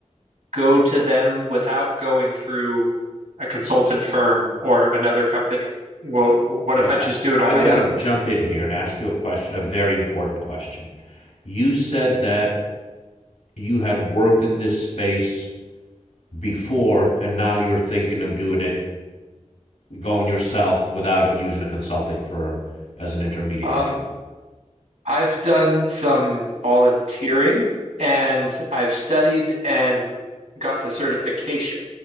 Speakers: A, on the right; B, on the left.
A: go to them without going through a consultant firm or another company? Well,
B: Okay.
A: what if I
B: I,
A: just do it
B: I've
A: on my
B: got
A: own?
B: to jump in here and ask you a question, a very important question. You said that you had worked in this space before and now you're thinking of doing it going yourself without using a consulting firm as an intermediary.
A: Um, I've done some volunteering and I've studied and got the certification,